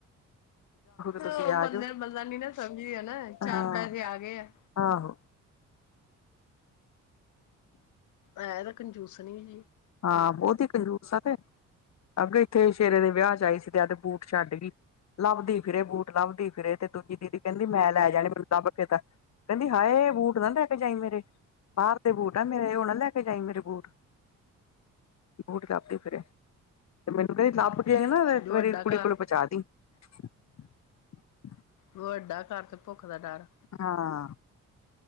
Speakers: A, on the left; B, on the left.
A: ਤੁਸੀਂ
B: ਓ
A: ਆ
B: ਬੰਦੇ
A: ਜਾਓ
B: ਨੂੰ ਬੰਦਾ ਨੀ ਨਾ ਸਮਝਦੀ ਆ ਨਾ ਚਾਰ
A: ਹਾਂ
B: ਪੈਸੇ ਆ ਗਏ ਆ।
A: ਆਹੋ।
B: ਐ ਤਾਂ ਕੰਜੂਸਨੀ ਜੀ
A: ਹਾਂ ਬੋਤ ਈ ਕੰਜੂਸ ਆ ਤੇ ਅੱਗੇ ਇੱਥੇ ਸ਼ੇਰੇ ਦੇ ਵਿਆਹ ਚ ਆਈ ਸੀ ਤੇ ਆਵਦੇ ਬੂਟ ਛੱਡਗੀ ਲੱਭਦੀ
B: ਹੂੰ
A: ਫਿਰੇ ਬੂਟ ਲੱਭਦੀ ਫਿਰੇ ਤੇ ਦੂਜੀ ਦੀਦੀ ਕੈਂਦੀ ਮੈਂ ਲੈ ਜਾਨੇ ਮੈਨੂੰ ਲੱਭ ਕੇ ਤਾਂ ਕੈਂਦੀ ਹਾਏ ਬੂਟ ਨਾ ਲੈ ਕੇ ਜਾਈਂ ਮੇਰੇ, ਬਾਰ ਦੇ ਬੂਟ ਆ ਮੇਰੇ ਓ ਨਾ ਲੈ ਕੇ ਜਾਈਂ ਮੇਰੇ ਬੂਟ ਬੂਟ ਲੱਭਦੀ ਫਿਰੇ, ਤੇ ਮੈਨੂੰ ਕੈਂਦੀ ਲੱਭ ਕੇ
B: ਹੂੰ
A: ਨਾ ਮੇਰੀ
B: ਵੱਡਾ
A: ਕੁੜੀ
B: ਘਰ
A: ਕੋਲ ਪੁਚਾ ਦੀ। <inaudible>
B: ਵੱਡਾ ਘਰ ਤੇ ਭੁੱਖ ਦਾ ਡਰ।
A: ਹਾਂ।